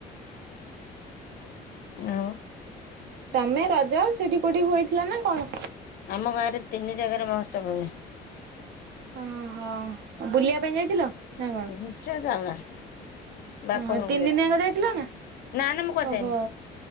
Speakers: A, on the left; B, on the right.
A: ଆଉ।
B: ତମେ ରଜ ସେଠି କୋଉଠି ହୋଇଥିଲା ନା କଣ?
A: ଆମ ଗାଁରେ ତିନି <unintelligible>
B: ଓ ହୋ ବୁଲିବା ପାଇଁ ଯାଇଥିଲ? ନା କଣ?
A: ଉଞ୍ଚ ଯାଗା। ବାପ
B: ଓହୋ
A: ଘରକୁ
B: ତିନି
A: ଯଛି
B: ଦିନିଆଙ୍କ ଯାଇଥିଲ ନା
A: ନା ନା ମୁଁ କୁଆଡ଼େ
B: ଓହୋ
A: ଯାଇନି।